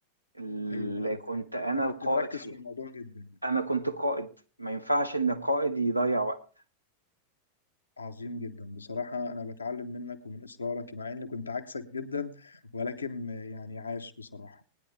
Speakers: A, on the right; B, on the left.
A: اللي
B: أيوه اه
A: كنت
B: فهمت
A: انا
B: أنت كنت
A: القائد
B: مركز
A: فيها
B: في الموضوع جدا
A: انا كنت قائد ما ينفعش ان القائد يضيع وقت
B: عظيم جدا بصراحة أنا بتعلم منك ومن إصرارك مع إني كنت عكسك جدا ولكن يعني عاش بصراحة